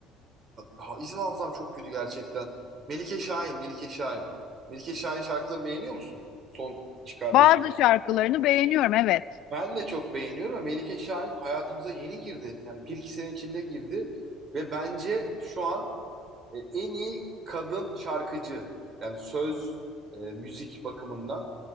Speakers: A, on the right (about 45°); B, on the left (about 60°).
A: ha- isim hafızam çok kötü gerçekten. Melike Şahin, Melike Şahin. Melike Şahin şarkılarını beğeniyor musun? Son çıkardığı.
B: bazı
A: şey.
B: şarkılarını beğeniyorum evet.
A: Ben de çok beğeniyorum ama Melike Şahin hayatımıza yeni girdi. Yani bir iki sene içinde girdi ve bence şu an e, en iyi kadın şarkıcı yani söz e, müzik bakımından